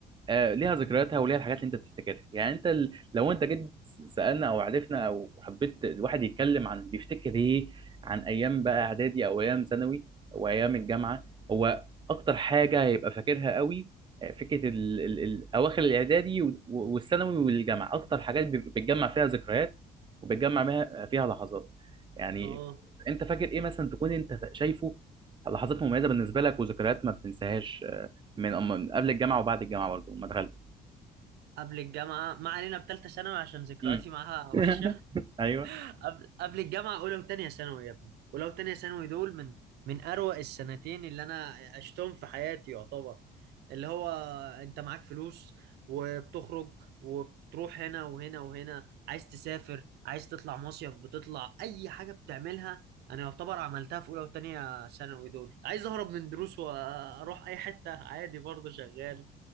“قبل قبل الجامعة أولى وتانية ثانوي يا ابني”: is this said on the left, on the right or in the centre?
Right